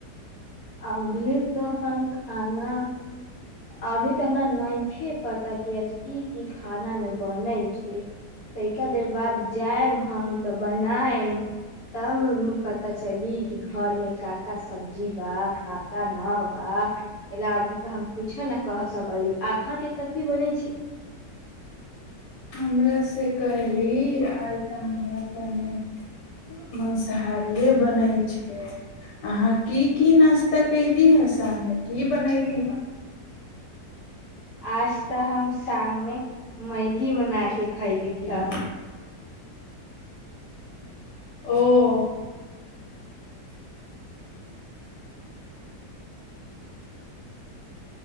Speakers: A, on the left (about 60°); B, on the left (about 80°).
A: अभी तऽ हम खाना अभी तऽ हमरा नहि छै पता किया की की खाना मे बनैत छै तैा देर बाद जायब हम तऽ बनायब तब पता चली कि घरमे काका सब्जी बाग काका ने बा ए ल अभी तऽ हम कुछो ने क सकली अहा के कथि बनेै छै
B: हमरँ कहली आइ तऽ हमरा कने माँसाहारिए बनै छै अहाँ की की नाश्ता कयली हे शाममे की बनयली हे
A: आज तऽ हम शाममे मैगी बना क खयली हे
B: ह ओ